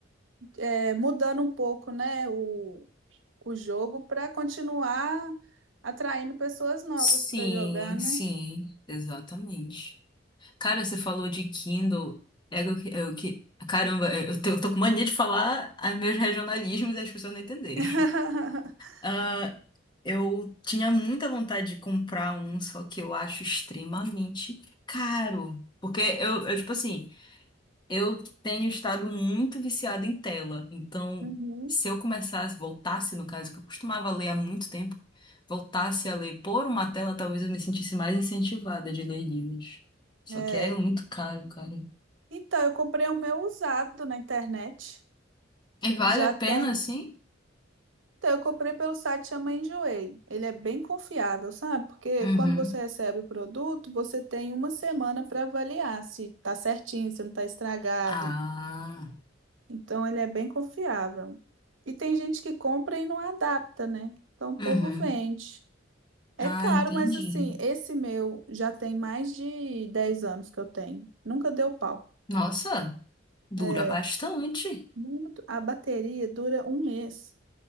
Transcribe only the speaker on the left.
Sim,
sim, exatamente. Cara, você falou de Kindle, é o que... é o que- Caramba, eu tô, eu tô com mania de falar ah, meus regionalismos e as pessoas não entenderem.
Ah, eu tinha muita vontade de comprar um, só que eu acho extremamente caro. Porque eu, eu, tipo assim, eu tenho estado muito viciada em tela. Então,
se eu começasse, voltasse, no caso, que eu costumava ler há muito tempo, voltasse a ler por uma tela, talvez eu me sentisse mais incentivada de ler livros. Só
que é muito caro, cara.
E vale
a
pena, assim?
Uhum.
Ah.
Uhum.
Ah,
entendi.
Nossa. Dura
bastante.